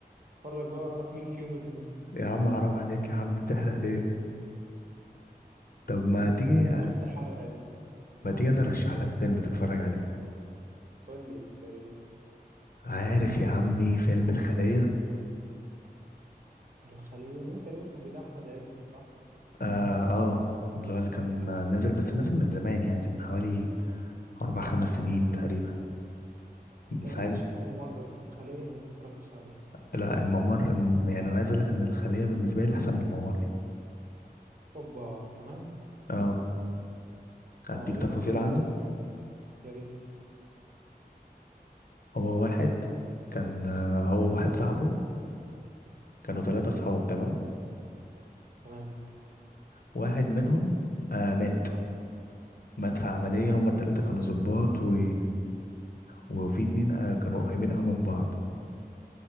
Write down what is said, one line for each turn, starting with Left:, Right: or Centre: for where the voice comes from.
Right: اتفرج بقى واعرف مين فيهم اللي مات
Left: يا عم حرام عليك يا عم بتحرق ليه طب ما
Right: آه.
Left: تيجي
Right: نص حلقة دي
Left: ما تيجي انا ارشح لك فيلم تتفرج عليه
Right: قول لي يا ريت
Left: عارف يا عمي فيلم الخلية
Right: الخلية اللي هو تقريبا كان بتاع أحمد عز صح؟
Left: اه اه اللي هو اللي كان نازل بس نازل من زمان يعني من حوالي أربع خمس سنين تقريبا
Right: أنا
Left: بس
Right: تقريبا
Left: عايز
Right: شفت الممر لكن الخلية ما اتفرجتش عليه
Left: لا الممر الم- يعني أنا عايز أقول لك إن الخلية بالنسبة لي أحسن من الممر
Right: أوبا كمان
Left: اه أديك
Right: واو
Left: تفاصيل
Right: إيه فكرته
Left: عنه
Right: طيب يا ريت
Left: هو واحد كان آه، هو واحد صاحبه كانوا ثلاثة صحاب تمام
Right: تمام
Left: واحد منهم آه مات مات في عملية هما التلاتة كانوا ظباط و... وفي اتنين آه كانوا قريبين أوي من بعض